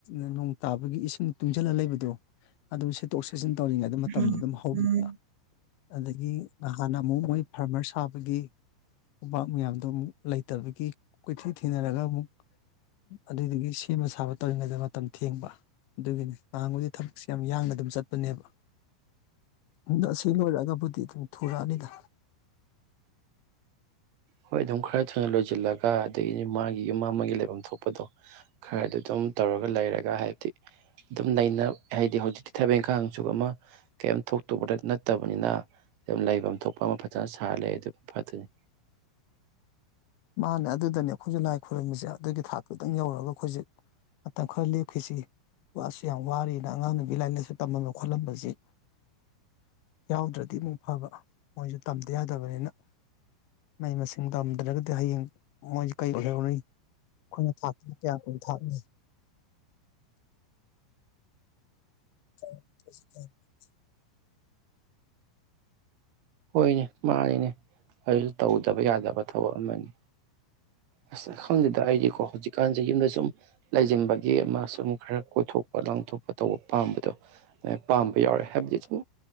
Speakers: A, on the left; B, on the right.
A: ꯑ ꯅꯣꯡ ꯇꯥꯕꯒꯤ ꯏꯁꯤꯡ ꯇꯨꯡꯁꯤꯜꯂ ꯂꯩꯕꯗꯣ ꯑꯗꯣ ꯁꯤꯠꯇꯣꯛ ꯁꯤꯠꯆꯤꯟ ꯇꯧꯔꯤꯉꯩꯗ ꯃꯇꯝꯗꯣ
B: ꯎꯝ
A: ꯑꯗꯨꯝ ꯍꯧꯈꯤꯕ
B: ꯎꯝ
A: ꯑꯗꯒꯤ ꯅꯍꯥꯟꯅ ꯑꯃꯨꯛ ꯃꯣꯏ ꯐꯥꯔꯃꯔ ꯁꯥꯕꯒꯤ ꯎꯕꯥꯛ ꯃꯌꯥꯝꯗꯣ ꯑꯃꯨꯛ ꯂꯩꯇꯕꯒꯤ ꯀꯣꯏꯊꯤ ꯊꯤꯅꯔꯒ ꯑꯃꯨꯛ ꯑꯗꯨꯏꯗꯨꯒꯤ ꯁꯦꯝꯕ ꯁꯥꯕ ꯇꯧꯔꯤꯉꯩꯗ ꯃꯇꯝ ꯊꯦꯡꯕ ꯑꯗꯨꯒꯤꯅꯤ ꯅꯍꯥꯟꯒꯣꯏꯗꯤ ꯊꯕꯛꯁꯦ ꯌꯥꯝ ꯌꯥꯡꯅ ꯑꯗꯨꯝ ꯆꯠꯄꯅꯦꯕ ꯑꯗꯣ ꯑꯁ ꯁꯤ ꯂꯣꯏꯔꯒꯕꯨꯗꯤ ꯑꯗꯨꯝ ꯊꯨꯔꯛꯑꯅꯤꯗ
B: ꯍꯣꯏ ꯑꯗꯨꯝ ꯈꯔ ꯊꯨꯅ ꯂꯣꯏꯁꯤꯜꯂꯒ ꯑꯗꯒꯤꯗꯤ ꯃꯥꯒꯤ ꯌꯨꯝ ꯃ ꯑꯃꯒꯤꯒꯤ ꯂꯩꯐꯝ ꯊꯣꯛꯄꯗꯣ ꯈꯔꯗ ꯑꯗꯨꯝ ꯇꯧꯔꯒ ꯂꯩꯔꯒ ꯍꯥꯏꯕꯗꯤ ꯑꯗꯨꯝ ꯅꯩꯅ ꯍꯥꯏꯕꯗꯤ ꯍꯧꯖꯤꯛꯇꯤ ꯊꯕꯛ ꯏꯪꯈꯡꯁꯨ ꯑꯃ ꯀꯩꯝ ꯊꯣꯛꯇꯨꯕꯗ ꯅꯠꯇꯕꯅꯤꯅ ꯑꯗꯨꯝ ꯂꯩꯐꯝ ꯊꯣꯛꯄ ꯑꯃ ꯐꯖꯅ ꯁꯥꯔ ꯂꯩ ꯑꯗꯨꯝ ꯐꯠꯇꯣꯏꯅꯤ
A: ꯃꯅꯦ ꯑꯗꯨꯗꯅꯦ ꯑꯩꯈꯣꯏꯁꯨ ꯂꯥꯏ ꯈꯣꯏꯔꯝꯃꯤꯁꯦ ꯑꯗꯨꯒꯤ ꯊꯥꯛꯇꯛꯇꯪ ꯌꯧꯔꯒ ꯑꯩꯈꯣꯏꯖꯤꯛ ꯃꯇꯝ ꯈꯔ ꯂꯦꯞꯈꯤꯁꯤ ꯋꯥꯁꯨ ꯌꯥꯝ ꯋꯥꯔꯤꯅ ꯑꯉꯥꯡ ꯅꯨꯒꯤ ꯂꯥꯏꯔꯤꯛ ꯂꯥꯏꯁꯨ ꯇꯝꯃꯟꯕ ꯈꯣꯠꯂꯝꯟꯕꯁꯤ ꯌꯥꯎꯗ꯭ꯔꯗꯤ ꯑꯃꯨꯛ ꯐꯕ ꯃꯣꯏꯁꯨ ꯇꯝꯗ ꯌꯥꯗꯕꯅꯤꯅ ꯃꯍꯩ ꯃꯁꯤꯡ ꯇꯝꯗ꯭ꯔꯒꯗꯤ ꯍꯌꯦꯡ ꯃꯣꯏꯁ ꯀꯩꯑꯣꯏꯍꯧꯅꯤ ꯑꯩꯈꯣꯏꯅ ꯊꯥꯛꯇ ꯀꯌꯥ ꯀꯨꯏꯅ ꯊꯥꯛꯅꯤ <inaudible>
B: ꯍꯣꯏꯅꯦ ꯃꯥꯅꯤꯅꯦ ꯑꯗꯨꯁꯨ ꯇꯧꯗꯕ ꯌꯥꯗꯕ ꯊꯕꯛ ꯑꯃꯅꯤ ꯑꯁ ꯈꯪꯗꯦꯗ ꯑꯩꯗꯤꯀꯣ ꯍꯧꯖꯤꯛꯀꯥꯟꯁꯦ ꯌꯨꯝꯗ ꯁꯨꯝ ꯂꯩꯁꯤꯟꯕꯒꯤ ꯑꯃ ꯁꯨꯝ ꯈꯔ ꯀꯣꯏꯊꯣꯛꯄ ꯂꯥꯡꯊꯣꯛꯄ ꯇꯧꯕ ꯄꯥꯝꯕꯗꯣ ꯄꯥꯝꯕ ꯌꯥꯎꯔꯦ ꯍꯥꯏꯕꯗꯤ ꯁꯨꯝ